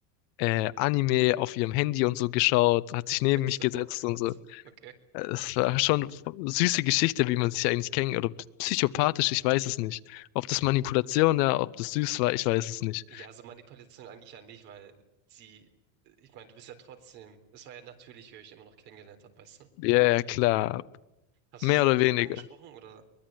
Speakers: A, on the left; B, on the right.
A: äh, Anime auf ihrem Handy und so geschaut, hat
B: <laughs>
A: sich neben mich
B: So,
A: gesetzt
B: oh Gott.
A: und so.
B: Okay.
A: Äh, Es war schon eine süße Geschichte, wie man sich eigentlich kennt. Oder psychopathisch, ich weiß es nicht. Ob das Manipulation war, ob das süß war, ich weiß es nicht.
B: Ja, so Manipulation eigentlich ja nicht, weil sie, ich meine, du bist ja trotzdem, es war ja natürlich, wie ihr euch immer noch kennengelernt habt, weißt du?
A: Ja, ja, klar.
B: Hast
A: Mehr
B: du sie dann
A: oder
B: irgendwann
A: weniger.
B: angesprochen oder?